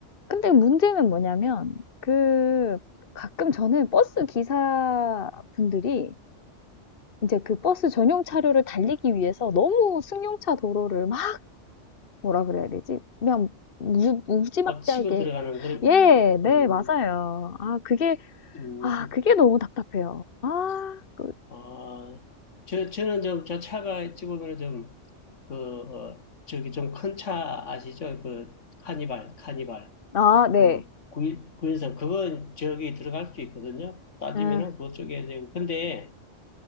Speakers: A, on the left; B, on the left.
A: 근데 문제는 뭐냐면, 그, 가끔 저는 버스 기사분들이 이제 그 버스 전용 차로를 달리기 위해서 너무 승용차 도로를 막, 뭐라 그래야 되지? 그냥 무, 무지막지하게.
B: 막 치고 들어가는 그런
A: 예,
B: 음,
A: 네,
B: 음,
A: 맞아요. 아, 그게,
B: 음,
A: 아,
B: 음.
A: 그게 너무 답답해요. 아, 그,
B: 아, 저, 저는 좀, 저 차가 집으면 좀, 그, 어, 저기 좀 큰 차 아시죠? 그, 카니발, 카니발.
A: 아, 네.
B: 그, 구인, 구인선. 그건 저기 들어갈 수 있거든요. 따지면은
A: 응,
B: 그쪽에, 이제 근데